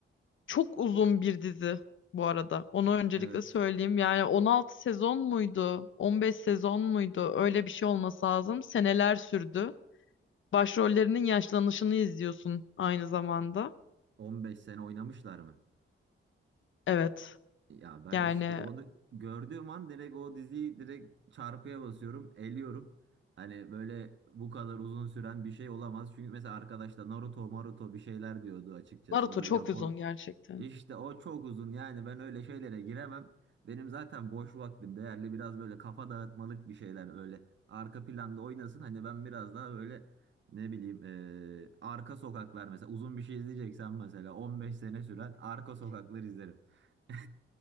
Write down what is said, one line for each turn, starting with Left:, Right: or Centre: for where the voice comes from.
Left: çok uzun bir dizi bu arada. Onu öncelikle
Right: Evet.
Left: söyleyeyim. Yani 16 sezon muydu? 15 sezon muydu? Öyle bir şey olması lazım. Seneler sürdü. Başrollerinin yaşlanışını izliyorsun aynı zamanda.
Right: 15 sene oynamışlar mı?
Left: Evet.
Right: Ya ben
Left: Yani
Right: işte onu gördüğüm an direkt o diziyi direkt çarpıya basıyorum, eliyorum. Hani böyle bu kadar uzun süren bir şey olamaz. Çünkü mesela arkadaş da Naruto, Maruto bir şeyler diyordu açıkçası.
Left: Naruto
Right: O da
Left: çok
Right: Japon
Left: uzun gerçekten.
Right: işte o çok uzun yani ben öyle şeylere giremem. Benim zaten boş vaktim değerli biraz böyle kafa dağıtmalık bir şeyler öyle arka planda oynasın. Hani ben biraz daha böyle ne bileyim eee, arka sokaklar mesela uzun bir şey izleyeceksen mesela 15 sene süren arka sokaklar izlerim. <laughs>